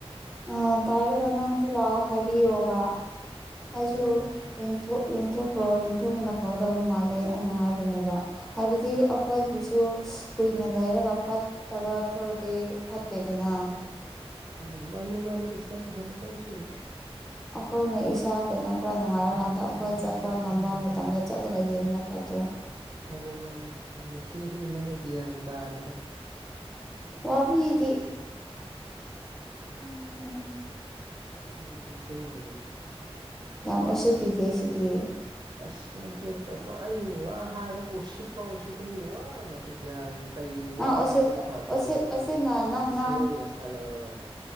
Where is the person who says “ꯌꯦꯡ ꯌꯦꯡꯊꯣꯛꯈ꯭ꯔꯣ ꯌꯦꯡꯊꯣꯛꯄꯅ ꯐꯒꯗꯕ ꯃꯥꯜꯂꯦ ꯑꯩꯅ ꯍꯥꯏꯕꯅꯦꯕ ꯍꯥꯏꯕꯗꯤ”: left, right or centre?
Centre